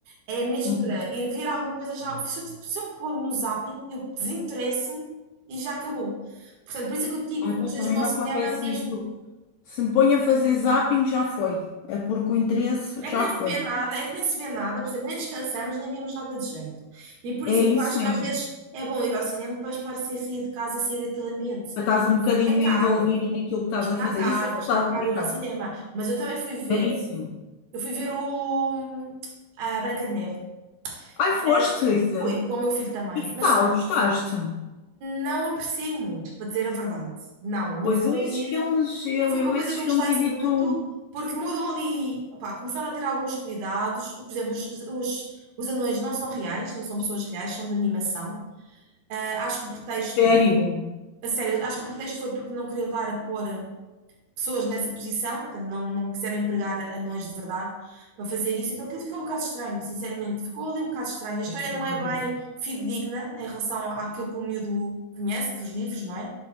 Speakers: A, on the right (about 75°); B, on the left (about 80°).
A: é mesmo
B: Uhum.
A: para ir ver alguma coisa já. Se eu, te- se eu me ponho no zapping, eu desinteresso-me e já acabou. Portanto, por isso é que eu te digo,
B: Ah, pá,
A: às vezes
B: também
A: vou
B: me
A: ao cinema
B: acontece
A: mesmo
B: isso. Se me ponho a fazer zapping, já foi. É porque o interesse
A: É
B: já
A: que nem
B: foi.
A: se vê nada, é que nem se vê nada, percebe? Nem descansamos, nem vemos nada de jeito. E por
B: É
A: isso
B: isso
A: é que eu acho
B: mesmo.
A: que às vezes é bom ir ao cinema para espairecer, sair de casa e sair daquele ambiente.
B: Já Estás um bocadinho
A: É caro,
B: envolvida naquilo que estás
A: está
B: a fazer.
A: caro,
B: Isso é verdade,
A: está caro
B: por
A: ir
B: acaso.
A: ao cinema. Mas eu também fui ver,
B: Caríssimo.
A: eu fui ver o hum, a Branca de Neve.
B: Ai, foste,
A: Mas
B: Isa.
A: Fui, com o meu filho também.
B: E que
A: Mas
B: tal? Gostaste?
A: não apreciei muito, para dizer a verdade. Não, não
B: Pois
A: foi.
B: eu esses filmes, eu,
A: Não foi
B: eu
A: uma coisa
B: esses
A: que
B: filmes
A: eu gostasse
B: evito.
A: muito, porque mudam ali, opá, começaram a ter alguns cuidados. Por exemplo, os, os, os anões não são reais, não são pessoas reais, são de animação. Ah, acho que o pretexto,
B: Sério?
A: a sério, acho que o pretexto foi porque não queriam estar a pôr pessoas nessa posição, portanto, não, não quiseram empregar anões de verdade para fazer isso. Então aquilo ficou um bocado estranho, sinceramente, ficou ali um bocado estranho. A história
B: Pois, estás
A: não é bem
B: a ver.
A: fidedigna em relação àquilo que o miúdo conhece dos livros, não é?